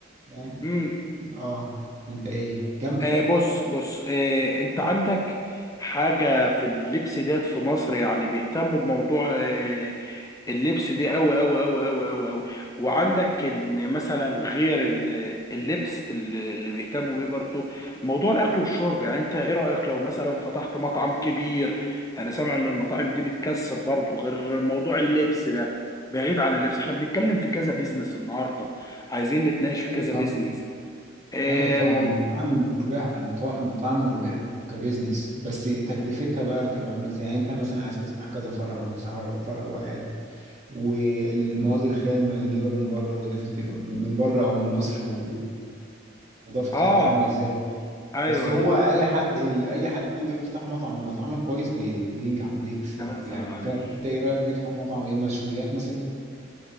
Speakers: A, on the right (about 40°); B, on the left (about 20°).
A: فاهم
B: مم.
A: اه انت ايه كمل
B: آه بص بص آه انت عندك حاجة في اللبس ديت في مصر يعني بيهتموا بموضوع آه اللبس دي أوي أوي أوي أوي أوي أوي وعندك إن مثلا غير ال- اللبس اللي اللي بيهتموا بيه برضو موضوع الأكل والشرب يعني أنت إيه رأيك لو مثلا فتحت مطعم كبير أنا سامع إن المطاعم دي بتكسب برضو غير موضوع اللبس ده بعيد عن اللبس احنا بنتكلم في كذا بيزنس النهارده عايزين نتناقش في
A: ايوه
B: كذا
A: طبعا
B: بيزنس اه
A: ايوه طبعا
B: مو...
A: المطاعم مربحة المطا- المطاعم مربحة كبزنس بس تكلفتها بقى تبقى عاملة ازاي يعني انت مثلا عايز تفتح كذا فرع ولا تفتح فرع فرع واحد والمواد الخام هنجيبها من بره ولازم تبقى من بره او من مصر و- والنظافه
B: اه
A: بتاعتها عامله ازاي
B: ايوه
A: بس هو
B: ايوه
A: اي حد ال- اي حد بيفتح مطعم واتعمل كويس بي- بينجح وبيكسب
B: كمان سنة
A: يعني
B: معلش
A: فانت ايه رايك نفتح مطعم ايه مشويات مثلا